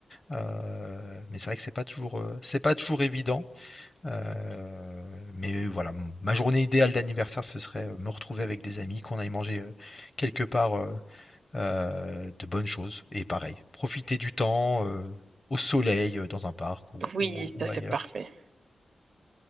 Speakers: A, on the left; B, on the right.
A: Euh, mais c'est vrai que c'est pas toujours, euh, c'est pas toujours évident. Euh, mais voilà, m- ma journée idéale d'anniversaire, ce serait euh, me retrouver avec des amis, qu'on aille manger euh, quelque part. euh, heu, de bonnes choses et pareil, profiter du temps, heu, au soleil, heu, dans un parc ou
B: Oui,
A: ou ou
B: ça c'est
A: ailleurs.
B: parfait.